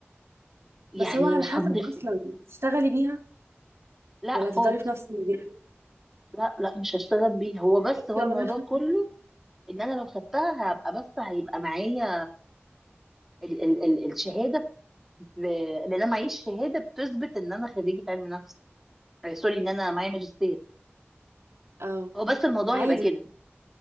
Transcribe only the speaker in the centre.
يعني
مش
هتضيف
لي.
لا
خالص
لا لا مش هشتغل بيها هو بس
هو
الموضوع
كله ان انا لو خدتها هبقى بس هيبقى معايا ال ال ال الشهاده ب... لان انا معيش شهاده بتثبت ان انا خريجه علم نفس آه، سوري ان انا معايا ماجستير
هو بس الموضوع
هيبقى كده